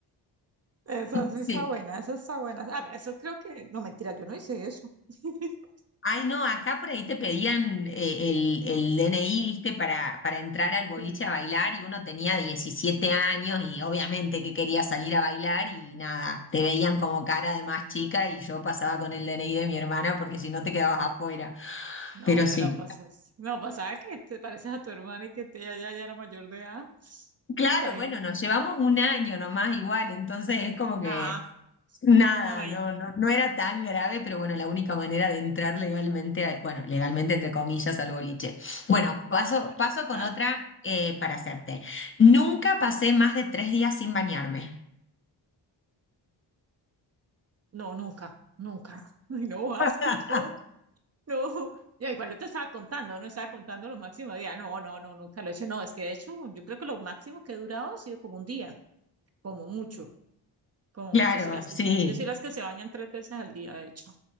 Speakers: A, on the right (about 35°); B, on the left (about 25°).
A: esa sí
B: Sí,
A: está buena, esa está buena. Ah, pero eso creo que, no, mentira, yo no hice eso. <laughs>
B: Ay, no, acá por ahí te pedían eh, el, el DNI, viste, para, para entrar al boliche
A: Sí.
B: a bailar y uno tenía 17 años y obviamente que quería salir a bailar y nada, te veían como cara de más chica y yo pasaba con el DNI de mi hermana porque si no te quedabas afuera.
A: No,
B: Pero sí.
A: te la pasas. No, pasaba que te pareces a tu hermana y que te, ella ya, ya era mayor de edad. <laughs>
B: Claro,
A: Está bien.
B: bueno, nos llevamos un año nomás igual, entonces es como que
A: Ah,
B: Nada,
A: para ahí.
B: no, no, no era tan grave, pero bueno, la única manera de entrar legalmente, a- bueno, legalmente entre comillas al boliche. Bueno, paso,
A: Ah, bueno,
B: paso
A: bueno,
B: con
A: dale.
B: otra eh, para hacerte. Nunca pasé más de tres días sin bañarme.
A: No, nunca, nunca. <laughs> Ay, no,
B: <laughs>
A: asco, no, no. Ya, igual yo te estaba contando, no estaba contando los máximos días. No, no, no, nunca lo he hecho. No, es que de hecho, yo creo que lo máximo que he durado ha sido como un día, como mucho, como
B: Claro,
A: mucho. Sí, las
B: sí.
A: que se- yo soy las que se bañan tres veces al día, de hecho.